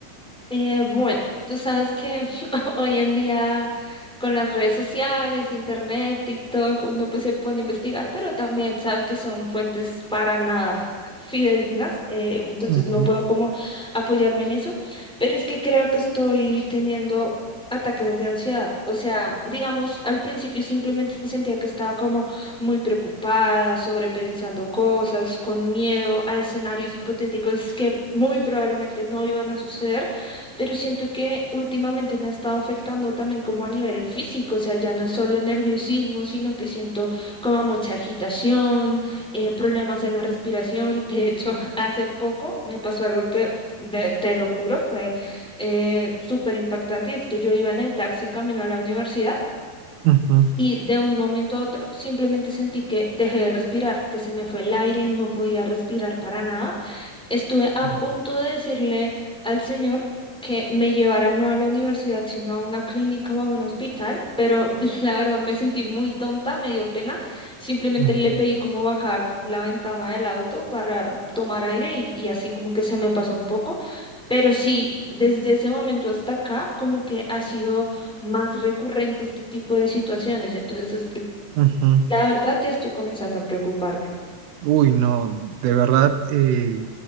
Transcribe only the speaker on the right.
Ujú,
ujú,
mm,
ujú,
ujú.
Uy, no, de verdad, eh,